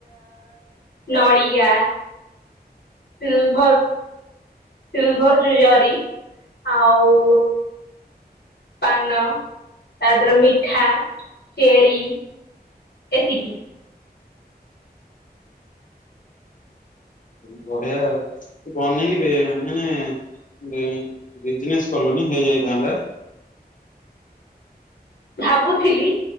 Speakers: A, on the left (about 90°); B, on the left (about 50°).
A: ନଡ଼ିଆ। ସିଲଭର ସିଲଭର ଯୋଉଁ ଜରୀ ଆଉ ପାନ ତା ଦେହରେ ମିଠା ଚେରି ଏତିକି।
B: ବଢିଆ ଆ ବନେଇବେ ମାନେ ବିଜିନେସ୍ କଲନି ହେଇଯାଇଥାନ୍ତା।
A: ଭାବୁଥିଲି